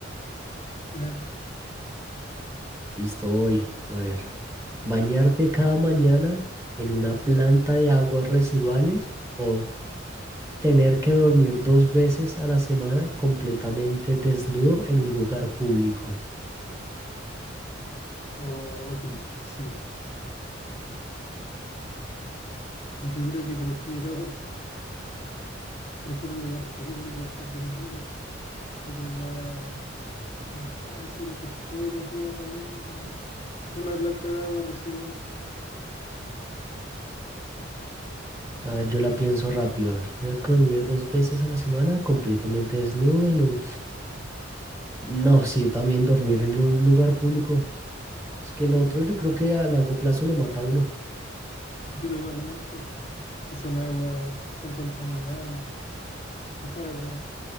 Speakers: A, on the left (about 35°); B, on the right (about 15°).
A: Claro.
B: Listo, hoy. A ver. Bañarte cada mañana en una planta de aguas residuales o tener que dormir dos veces a la semana completamente desnudo en un lugar público.
A: Oh, qué difícil. Yo creo que prefiero, <laughs> prefiero el lugar público, estar desnudo. Siento que es más, más fácil que todos los días bañarme en una, en una planta de agua residual.
B: A ver, yo la pienso rápido. A ver, tener que dormir dos veces a la semana completamente desnudo en un... No, sí, también dormir en un lugar público. Es que el otro yo creo que a largo plazo lo mata a uno.
A: Y totalmente. Si son aguas tan contaminadas, no. <laughs> No, la verdad,